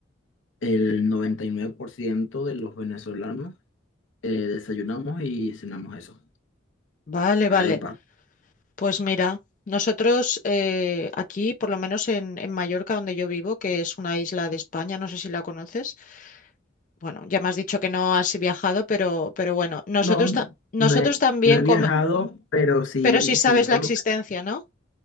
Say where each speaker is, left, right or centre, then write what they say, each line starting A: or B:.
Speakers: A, on the left; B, on the left.
A: el 99% de los venezolanos eh, desayunamos y cenamos eso,
B: Vale, vale.
A: arepa.
B: Pues mira, nosotros eh, aquí, por lo menos en, en Mallorca, donde yo vivo, que es una isla de España, no sé si la conoces. Bueno, ya me has dicho que no has viajado, pero, pero bueno, nosotros,
A: No,
B: ta- nosotros
A: no he,
B: también
A: no he viajado,
B: come-
A: pero sí,
B: pero sí sabes
A: sí, por
B: la existencia,
A: lo
B: ¿no?